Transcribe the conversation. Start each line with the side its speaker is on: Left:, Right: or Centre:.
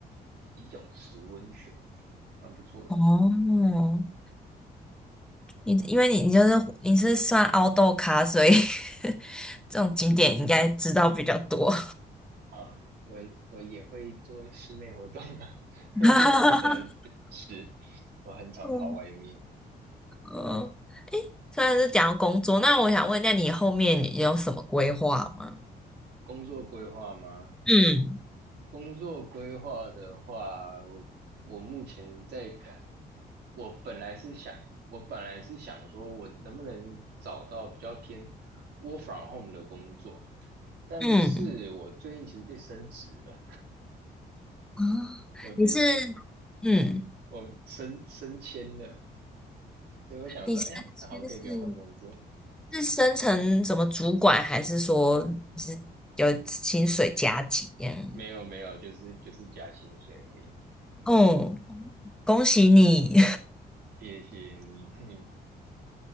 Right: 洗脚池温泉，蛮不错的。
Centre: 哦。你因为你你就是你是算凹豆咖，所以 <laughs> 这种景点应该知道比较多。
Right: 啊，我我也会做室内活动啊，
Centre: <laughs>
Right: <laughs> 但对是我很常跑外面。
Centre: 嗯，嗯，虽然是讲到工作，那我想问，一下，你后面你有什么规划吗？
Right: 工作规划吗？
Centre: 嗯
Right: 工作规划的话，我我目前在看，我本来是想，我本来是想说，我能不能找到比较偏 work from home 的工作，但是我最近其实被升职了，
Centre: 嗯，啊，
Right: 我被
Centre: 你是嗯，
Right: 我升升迁了，所以我想说，
Centre: 你升迁是
Right: 哎，那好像可以不用换工作。
Centre: 是升成什么主管，还是说你是有薪水加级这样？
Right: 没有没有，就是就是加薪水而已。
Centre: 哦，恭喜你！
Right: 谢谢你，嗯